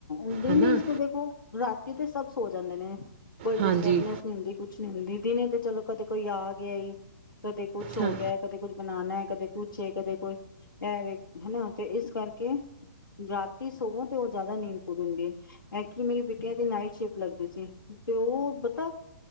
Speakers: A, on the left; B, on the right.
A: ਹਦੇ
B: ਹਨਾ
A: ਨੀ ਇਸ ਤੇ ਦੇਖੋ ਰਾਤੀ ਤੇ ਸਭ ਸੋ ਜਾਂਦੇ ਨੇ ਕੋਈ ਡਿਸਟਰਬਨੈਸ
B: ਹਾਂਜੀ
A: ਨਹੀਂ ਹੁੰਦੀ ਕੁਛ ਨੀ ਹੁੰਦੀ ਦੀ ਨੇ ਚਲੋ ਕਦੇ ਕੋਈ ਆ ਗਿਆ ਕਦੇ ਕੁੱਛ ਹੋ
B: ਹਾਂ
A: ਗਿਆ ਕਦੇ ਕੁੱਛ ਬਣਾਉਣਾ ਕਦੇ ਕੁਛੇ ਕਦੇ ਕੋਈ ਐਵੇ ਹਨਾ ਤੇ ਇਸ ਕਰਕੇ ਕੇ ਰਾਤੀ ਸਵੋ ਤੇ ਉਹ ਜ਼ਿਆਦਾ ਨੀਂਦ ਪੂੂਰ ਹੁੰਦੀ ਹੈ ਐਕਚੁਲੀ ਮੇਰੀ ਬੇਟੀਆਂ ਦੀ ਨਾਈਟ ਸ਼ਿਫਟ ਲੱਗਦੀ ਸੀ, ਤੇ ਉਹ ਪਤਾ